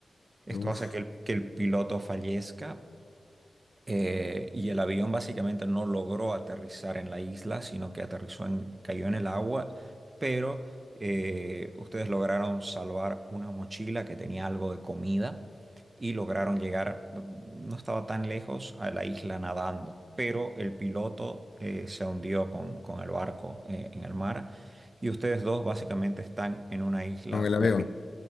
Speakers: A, on the right; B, on the left.
A: Esto
B: uf,
A: hace que el, que el piloto fallezca eh, y el avión básicamente no logró aterrizar en la isla, sino que aterrizó en, cayó en el agua, pero eh, ustedes lograron salvar una mochila que tenía algo de comida y lograron llegar, mm, no estaba tan lejos, a la isla nadando, pero el piloto eh, se hundió con, con el barco eh, en el mar y ustedes dos básicamente están en una isla
B: con el avión,
A: perdida.